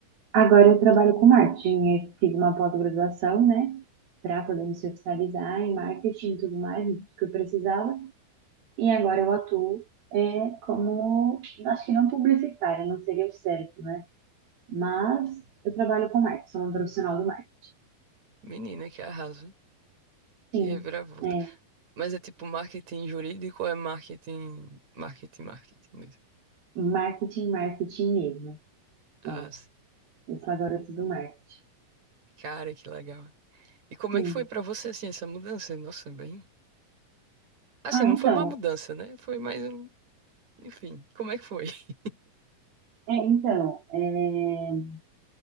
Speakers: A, on the right (about 75°); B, on the right (about 50°).
A: agora eu trabalho com marketing. Eu fiz uma pós-graduação, né, para poder me especializar em marketing e tudo mais, que eu precisava. E agora eu atuo é, como, acho que não publicitária, não seria o certo, né? Mas eu trabalho com marketing, sou uma profissional do marketing.
B: menina, que arraso. Que
A: Sim,
B: reviravolta.
A: é,
B: Mas é tipo marketing jurídico ou é marketing, marketing, marketing mesmo?
A: marketing, marketing mesmo.
B: Ah,
A: É, eu sou a garota do marketing.
B: Cara, que legal. E como
A: Sim.
B: é que foi pra você, assim, essa mudança? Nossa, bem. Assim,
A: Ah,
B: não
A: então,
B: foi uma mudança, né? Foi mais um. Enfim, como é que foi? <laughs>
A: é, então, é,